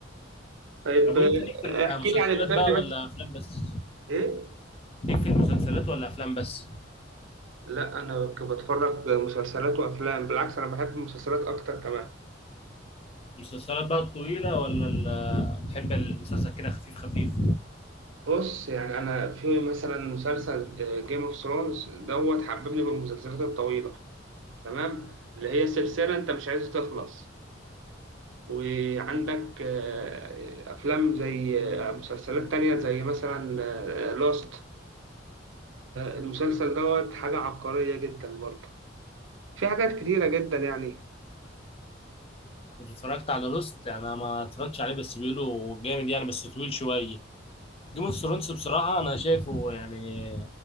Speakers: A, on the right (about 80°); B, on the left (about 30°).
A: طيب
B: طب وانت ليك في
A: آه، احكي
B: المسلسلات
A: لي عن الفيلم
B: بقى ولا
A: بس
B: افلام بس
A: ايه
B: ليك في المسلسلات ولا افلام بس
A: لا انا ك- بتفرج مسلسلات وافلام بالعكس انا بحب المسلسلات اكتر كمان
B: المسلسلات بقى الطويلة ولا ال- بتحب المسلسل كده خفيف خفيف
A: بص يعني انا في مثلا مسلسل جيم اوف ثرونز دوت حببني بالمسلسلات الطويله تمام اللي هي سلسله انت مش عايز تخلص وعندك آه، أفلام زي آه، مسلسلات تانية زي مثلا لوست المسلسل دوت حاجة عبقرية جدا برضه في حاجات كتيرة جدا يعني
B: انت اتفرجت على لوست انا ما اتفرجتش عليه بس بيقولوا جامد يعني بس طويل شوية جيم اوف ثرونز بصراحة انا شايفه يعني